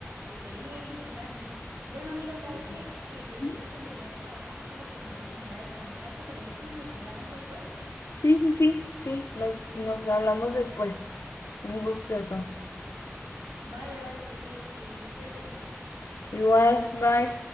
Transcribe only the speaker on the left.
Ujú.
Ujú.
Sí, sí, sí, sí, nos, nos hablamos después. Un gustazo.
Igual, bye.